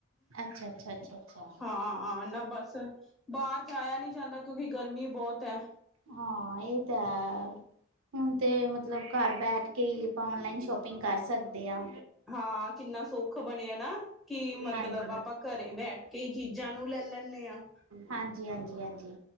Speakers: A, on the right; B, in the centre.
A: ਅੱਛਾ ਅੱਛਾ, ਅੱਛਾ ਅੱਛਾ।
B: ਹਾਂ ਨਾ ਬਸ ਬਾਹਰ ਜਾਇਆ ਨੀ ਜਾਂਦਾ ਕਿਉਂਕਿ ਗਰਮੀ ਬਹੁਤ ਐ।
A: ਹਾਂ, ਇਹ ਤਾਂ ਹੈ ਹੁਣ ਤੇ ਮਤਲਬ ਘਰ ਬੈਠ ਕੇ ਹੀ ਆਪਾਂ ਓਨਲਾਈਨ ਸ਼ੋਪਿੰਗ ਕਰ ਸਕਦੇ ਹਾਂ।
B: ਹਾਂ ਕਿੰਨਾ ਸੌਖ ਬਣਿਆ ਨਾ। ਕੀ ਮਤਲਬ,
A: ਹਾਂਜੀ
B: ਆਪਾਂ ਘਰੇ ਬੈਠ ਕੇ ਹੀ ਚੀਜ਼ਾਂ ਨੂੰ ਲੈ ਲੈਂਦੇ ਹਾਂ।
A: ਹਾਂਜੀ ਹਾਂਜੀ ਹਾਂਜੀ